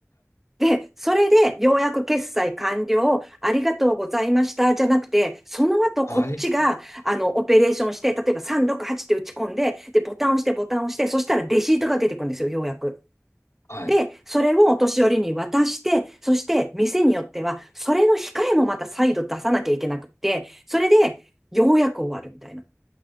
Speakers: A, in the centre; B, on the left.
A: で、それで、ようやく決済完了、ありがとうございました、じゃなくて、その後、
B: はい。
A: こっちが、あの、オペレーションして、例えば368って打ち込んで、で、ボタンを押して、ボタンを押して、そしたらレシートが出てくるんですよ、ようやく。
B: はい。
A: で、それをお年寄りに渡して、そして、店によっては、それの控えもまた再度出さなきゃいけなくって、それで、ようやく終わるみたいな。